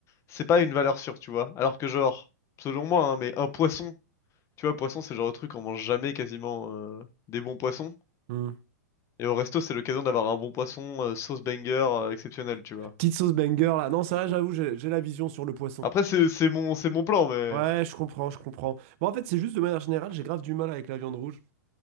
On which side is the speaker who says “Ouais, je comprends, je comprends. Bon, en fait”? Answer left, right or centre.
Right